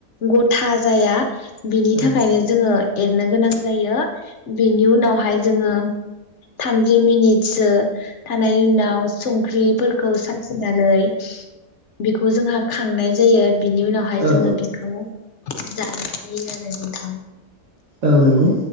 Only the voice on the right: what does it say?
औ
औ
औ नंगौ।